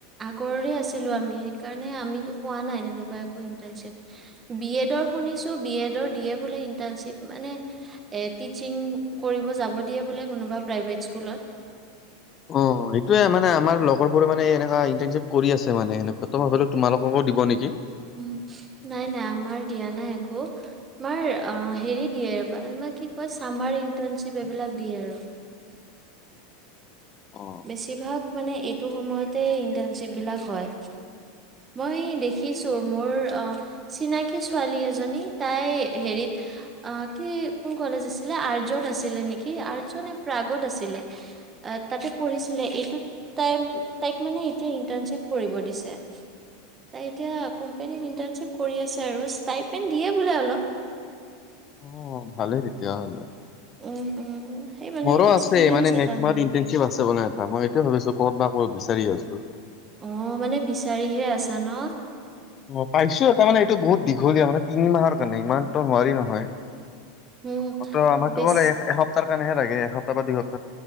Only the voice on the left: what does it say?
অ সেইটোয়ে মানে আমাৰ লগৰবোৰে মানে এনকা ইণ্টাৰ্ণশ্বিপ কৰি আছে মানে সেনকা ত ভাবিলো তোমালোককো দিব নিক।
অ
অ ভালেই তেতিয়া হ'লে।
মোৰো
আছে মানে
নেস্ক
মাহত ইন্টাৰ্ণশ্বিপ আছে মানে এটা। মই হেটোৱে ভাবিছো ক'ত বা ক'ত বিচাৰি আছো।
অ পাইছো তাৰমানে এইটো বহুত দীঘলীয়া মানে তিনি মাহৰ কাৰণে ইমান তো নোৱাৰি নহয়।
আমাক ত আমাক
ত মান এসপ্তাহ কাৰণেহে লাগে, এসপ্তাহ বা দু সপ্তাহ।